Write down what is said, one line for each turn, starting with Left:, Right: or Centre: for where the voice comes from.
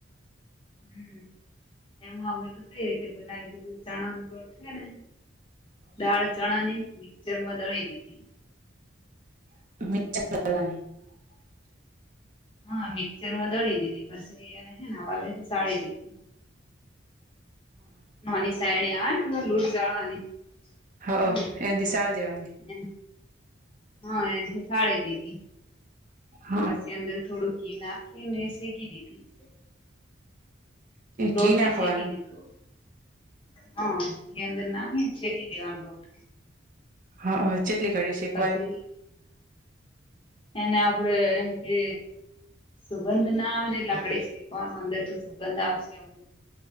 Left: હમ્મ. એમાં અમે તો કઈ રીતે બનાવી દીધું ચણાનો લોટ છે ને? દાળ ચણા ની મિક્ચરમાં દળી દીધી
Right: <inaudible>
Left: હા મિક્ચરમાં દળી દીધી, પછી એને હે ને વાલેથી સાળી દીધી. નાની સાઈડે આવે ને <unintelligible>
Right: અહં
Left: હમ્મ.
Right: એન થી શાડી દેવાની?
Left: એમ હા એનથી સાળી દીધી.
Right: હ
Left: પછી અંદર થોડુંક ઘી નાખ ખી ને શેકી દીધી. લોટને
Right: ઘી નાખવાનું
Left: શેકી દીધો. હા એ અંદર નાખી શેકી દેવાનો લોટ.
Right: અહં ચેટલી ઘડી શેકવાની?
Left: પછી એને આપડે એમ કે સુગંધ ના આવે ને એટલે <unintelligible> ઈ શીકવાનું અંદર થી સુગંધ આવશે એવું.